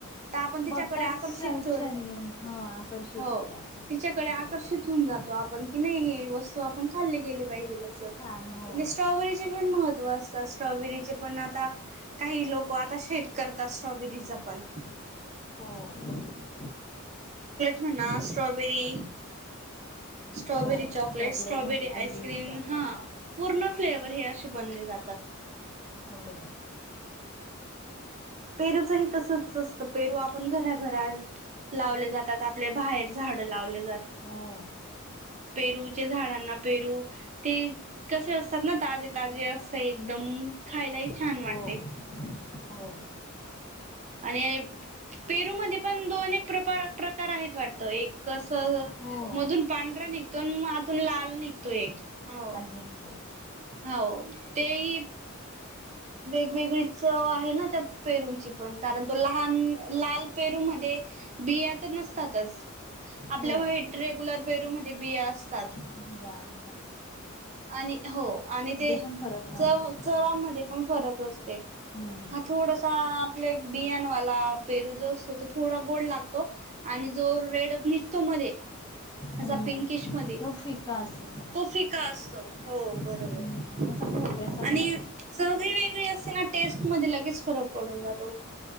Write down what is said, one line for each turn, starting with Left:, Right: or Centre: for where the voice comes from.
Right: तर आपण
Left: बघताच
Right: तिच्याकडे आकर्षित
Left: क्षणी हो आकर्षित
Right: हो
Left: होतो आपण
Right: तिच्याकडे आकर्षित
Left: बरोबर
Right: होऊन जातो आपण की नाही हे वस्तू आपण खाल्ली गेली पाहिजे ल अस म्हणजे
Left: छान हो
Right: स्ट्रॉबेरीचे पण महत्त्व असतात स्ट्रॉबेरीचे पण आता काही लोक आता शेत स्ट्रॉबेरी जाफल
Left: हो बरोबर
Right: म्हणा स्ट्रॉबेरी स्ट्रॉबेरी
Left: हो
Right: चॉकलेट स्ट्रॉबेरी
Left: मध्ये पण
Right: आईसक्रीम
Left: यूज करतात
Right: हा पूर्ण फ्लेवर हे असे बनले जात
Left: बरोबर
Right: पेरूच ह तसच असतं पेरू आपण घराघरात लावले जातात आपले बाहेर झाडं लावले
Left: हो
Right: पेरू झाडांना पेरू ते कसे असतात ना ताजे ताजे अस एकदम खायलाही छान
Left: हो
Right: वाटते
Left: हो हो
Right: आणि पेरू मध्ये पण दोन एक प्र प्रकार आहेत वाट एक कस
Left: हो
Right: मधून पांढरा निघतो आणि मग आतून लाल निघतो एक हो
Left: नाहीेतो
Right: हो तेही वेगवेगळी चव आहे ना त्या पेरूंची पण कारण तो लहान लाल पेरू मध्ये बिया तर नसतातच आपल्या
Left: हो
Right: वाईट रेग्युलर पेरूमध्ये ते बिया असतात
Left: बला
Right: आणि हो आणि ते
Left: पण फरक राहतो
Right: चव
Left: मुलांच्या
Right: चवा्हामध्ये पण फरक असते
Left: हम्म
Right: हा थोडासा आपले बियाणवाला पेरू जो असतो तो थोडा गोड लागतो आणि जो रेड निटतो मध्ये असा
Left: हम्म
Right: पिंकिश मध्ये
Left: तो फिका असतो थोडा
Right: तो फिका असतो हो बरोबर
Left: हम्म असा खोबऱ्यासारखा
Right: आणि
Left: लागतो
Right: सवी वेगळी असते ना टेस्ट मध्ये लगेच फरक पडून जातो